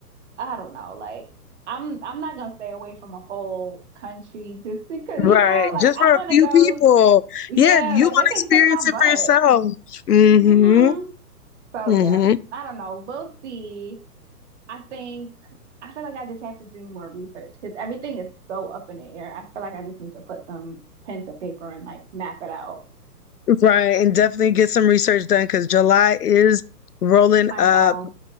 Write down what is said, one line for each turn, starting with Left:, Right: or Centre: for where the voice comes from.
Right: I don't know, like I'm I'm not gonna stay away from a whole country just because
Left: Right.
Right: you know, like
Left: Just
Right: I
Left: for
Right: wanna
Left: a few
Right: go,
Left: people.
Right: yeah,
Left: Yeah, you
Right: like
Left: want
Right: they can
Left: to experience
Right: kiss my butt.
Left: it for yourself. Mm-hmm.
Right: hmm So
Left: Mm-hmm.
Right: yeah, I don't know. We'll see. I think I feel like I just have to do more research because everything is so up in the air. I feel like I just need to put some pen to paper and like map it out.
Left: Right. And definitely get some research done because July is rolling
Right: I
Left: up
Right: know,